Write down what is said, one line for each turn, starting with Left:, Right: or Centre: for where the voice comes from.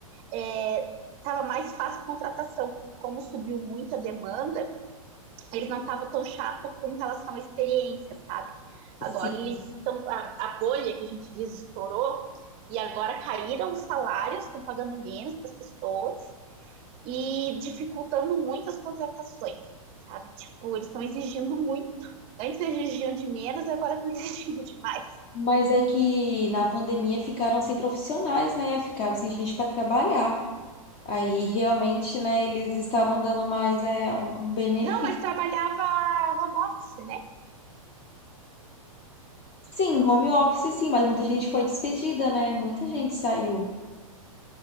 Right: estava é, mais fácil a contratação, porque como subiu muito a demanda, eles não estavam tão chato com relação à experiência, sabe? Agora
Left: Sim.
Right: eles estão. A, a bolha que a gente diz estourou, e agora caíram os salários, estão pagando menos para as pessoas e dificultando muito as contratações, sabe? Tipo, eles estão exigindo muito. Antes exigiam de menos, agora estão <laughs> exigindo demais.
Left: Mas é que na pandemia ficaram sem profissionais, né? Ficaram sem gente para trabalhar. Aí realmente, né, eles estavam dando mais é, um, um benefício.
Right: Não, mas trabalhava home office, né?
Left: Sim, home office sim, mas muita gente foi despedida, né? Muita gente saiu.